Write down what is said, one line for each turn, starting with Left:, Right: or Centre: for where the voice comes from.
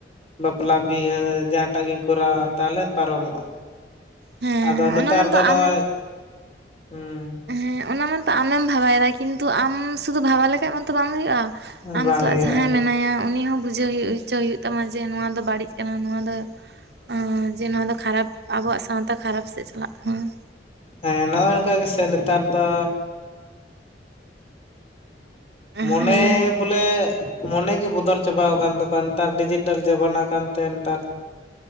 Left: ᱵᱟᱯᱞᱟ ᱵᱤᱦᱟᱹ ᱡᱟᱦᱟᱸᱴᱟᱜ ᱜᱮᱧ ᱠᱚᱨᱟᱣᱟ ᱛᱟᱦᱞᱮ ᱯᱟᱨᱚᱢᱚᱜᱼᱟ ᱾
Right: ᱦᱮᱸ
Left: ᱟᱫᱚ ᱱᱮᱛᱟᱨ
Right: ᱚᱱᱟ ᱢᱚᱛᱚ
Left: ᱫᱚ ᱱᱚᱜᱼᱚᱭ
Right: ᱟᱢᱮᱢ
Left: ᱦᱩᱸ
Right: ᱦᱮᱸ ᱚᱱᱟ ᱢᱟᱛᱚ ᱟᱢᱮᱢ ᱵᱷᱟᱵᱟᱭᱮᱫᱟ ᱠᱤᱱᱛᱩ ᱟᱢ ᱥᱩᱫᱩ ᱵᱷᱟᱵᱷᱟ ᱞᱮᱠᱷᱟᱡ ᱢᱟᱛᱚ ᱵᱟᱝ ᱦᱩᱭᱩᱜᱼᱟ ᱾ ᱟᱢ
Left: ᱵᱟᱝ
Right: ᱥᱟᱞᱟᱜ
Left: ᱦᱩᱭᱩᱜᱼᱟ
Right: ᱡᱟᱦᱟᱸᱭ ᱢᱮᱱᱟᱭᱟ ᱩᱱᱤ ᱦᱚᱸ ᱵᱩᱡᱷᱟᱹᱣ ᱦᱚᱪᱚ ᱦᱩᱭᱩᱜ ᱛᱟᱢᱟ ᱡᱮ ᱱᱚᱣᱟ ᱫᱚ ᱵᱟᱹᱲᱤᱡ ᱠᱟᱱᱟ ᱱᱚᱣᱟ ᱫᱚ ᱮᱸ ᱡᱮ ᱱᱚᱣᱟ ᱫᱚ ᱠᱷᱟᱨᱟᱯ ᱟᱵᱚᱣᱟᱜ ᱥᱟᱶᱛᱟ ᱠᱷᱟᱨᱟᱯ ᱥᱮᱫ ᱪᱟᱞᱟᱜ ᱠᱟᱱᱟ ᱾
Left: ᱦᱮᱸ ᱱᱚᱜᱼᱚᱭ ᱱᱚᱝᱠᱟ ᱜᱮᱥᱮ ᱱᱮᱛᱟᱨ ᱫᱚ
Right: ᱦᱮᱸ
Left: ᱢᱚᱱᱮ ᱵᱚᱞᱮ ᱢᱚᱱᱮ ᱜᱮ ᱵᱚᱫᱚᱞ ᱪᱟᱵᱟᱣ ᱠᱟᱱ ᱛᱟᱠᱚᱣᱟ ᱱᱮᱛᱟᱨ ᱰᱤᱡᱤᱴᱮᱞ ᱡᱟᱢᱟᱱᱟ ᱠᱟᱱᱛᱮ ᱱᱮᱛᱟᱨ ᱾